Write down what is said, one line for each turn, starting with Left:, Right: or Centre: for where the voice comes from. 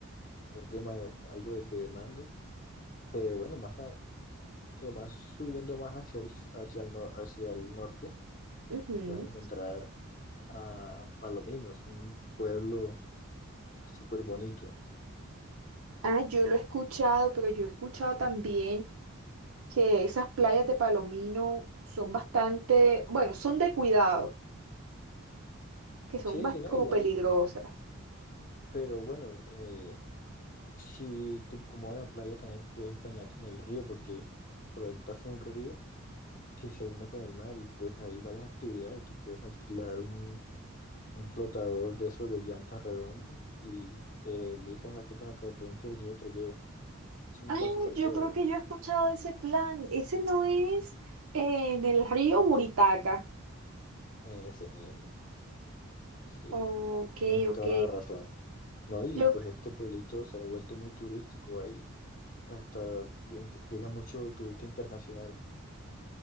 Left: es dema- algo de que demanda, pero bueno, más a- más subiendo más hacia el, hacia el, no- hacia el norte,
Right: Ujú.
Left: te puedes encontrar a Palominos, un pueblo Súper bonito.
Right: Ah, yo lo he escuchado, pero yo he escuchado también que esas playas de Palomino son bastante, bueno, son de cuidado, que son
Left: Sí,
Right: bas-
Left: sí, no,
Right: como
Left: igual,
Right: peligrosas.
Left: pero bueno, eh, si te incomoda la playa también puedes bañarte en el río porque por ahí pasa un río que se une con el mar y pues hay varias actividades. Tú puedes alquilar un, un flotador de esos de llantas redondos y te deslizas a que la corriente del río te lleve. Es un
Right: Ay,
Left: plan súper
Right: yo
Left: chévere,
Right: creo que yo he escuchado ese plan. Ese no es eh, en el río Buritaca.
Left: ese mismo. Sí,
Right: Ok,
Left: tienes
Right: ok.
Left: toda la razón. No, y
Right: Yo,
Left: pues este pueblito se ha vuelto muy turístico ahí Hasta ent- llega mucho turista internacional.